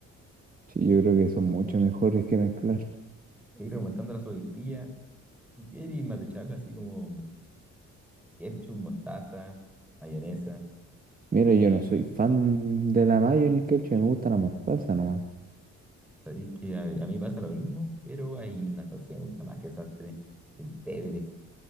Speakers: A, on the right; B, in the centre.
A: Sí, yo creo que son mucho mejores que mezclar.
B: Y remontando a la sopaipilla, tú quieres más de charla así como ketchup, mostaza, mayonesa.
A: Mira, yo no soy fan de la mayo ni ketchup, me gusta la mostaza nomás.
B: Sabéis que a, a mí pasa lo mismo, pero hay una salsa que me gusta más que esas tres, el pebre.